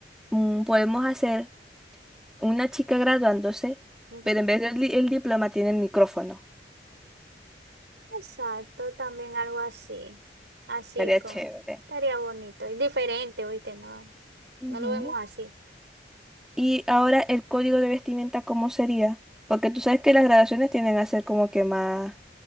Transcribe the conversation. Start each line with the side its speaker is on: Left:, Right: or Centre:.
Centre: mm, podemos hacer una chica graduándose,
Right: Ujú.
Centre: pero en vez del di- el diploma tiene el micrófono.
Right: Exacto, también algo así. Así
Centre: Estaría
Right: con.
Centre: chévere.
Right: Estaría bonito. Y diferente, ¿viste? No,
Centre: Ujú.
Right: no lo vemos así.
Centre: Y ahora el código de vestimenta, ¿cómo sería? Porque tú sabes que las graduaciones tienden a ser como que más,